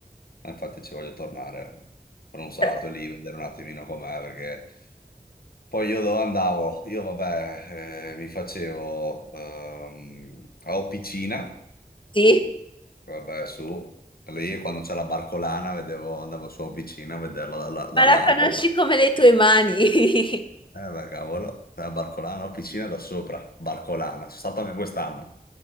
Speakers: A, on the left (about 75°); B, on the left (about 30°).
A: Eh, Infatti ci voglio tornare per un salto
B: Però,
A: lì, vedere un attimino com'è, perché Poi io dove andavo? Io vabbè, eh, mi facevo ehm, a piscina,
B: sì,
A: vabbè su, lì quando c'è la barcolana vedevo, andavo su a piscina a vederla dalla- dall'alto,
B: ma la conosci come le tue mani. <laughs>
A: eh beh cavolo, la barcolana, ho piscina da sopra, barcolana, sono stato anche quest'anno